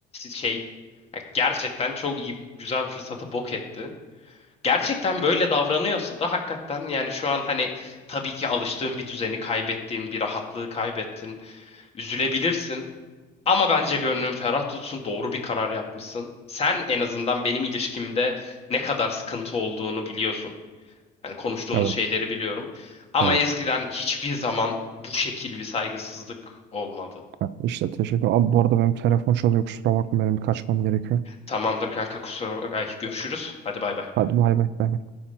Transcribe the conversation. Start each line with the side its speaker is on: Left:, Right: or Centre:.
Left: şey ya gerçekten çok iyi güzel bir fırsatı bok etti. Gerçekten böyle davranıyorsa da hakikaten yani şu an hani tabii ki alıştığın bir düzeni kaybettiğin bir rahatlığı kaybettin. Üzülebilirsin ama bence gönlün ferah tutsun doğru bir karar yapmışsın. Sen en azından benim ilişkimde ne kadar sıkıntı olduğunu biliyorsun. Hani konuştuğumuz
Right: Evet.
Left: şeyleri biliyorum. Ama
Right: evet.
Left: Ezgi'den hiçbir zaman bu şekil bir saygısızlık olmadı.
Right: Ha, işte teşekkür. Abi bu arada benim telefon çalıyor. Kusura bakma benim kaçmam gerekiyor.
Left: Tamamdır kanka kusura bak. Ay, görüşürüz. Hadi bay bay.
Right: Hadi bay bay. bay bay.